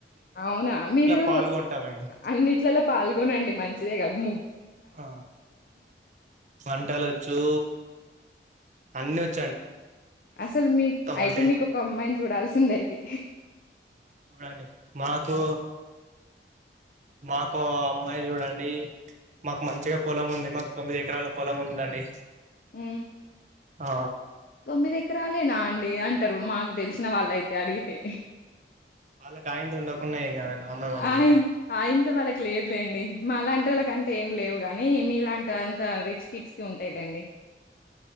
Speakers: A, on the left (about 50°); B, on the right (about 40°).
A: అవునా మీరు
B: పాల్గొంటామండి
A: అన్నిట్లలో పాల్గొనండి మం చేయగ ము
B: ఆ వంటలు వచ్చు అన్నీ వచ్
A: అసలు మీ అయితే
B: అంటే
A: మీకు ఒక అమ్మాయిని చూడాల్సింద అయితే
B: చూడండి మాకు మాకు అమ్మాయి చూడండి. మాకు మంచిగా పొలం ఉంది, మాకు తొమ్మిది ఎకరాల పొలం ఉందండి.
A: హ్మ్
B: ఆ
A: తొమ్మిది ఎకరాలేనా అండి అంటరు మాకు తెలిసిన వాళ్ళే అయితే అడిగితే
B: వాళ్ళకు అయిందుండుకున్న ఏం కాదండి అమ్మాయి మంచిగా
A: అయ్యి
B: ఉంటే
A: ఆయంత వాళ్ళకి లేదులేండి మాలాంటి వాళ్ళకి అం ఏం లేవు కాని మీ ఇలాంటి అంత రిచ్ కిడ్స్ కి ఉంటాయి లేండి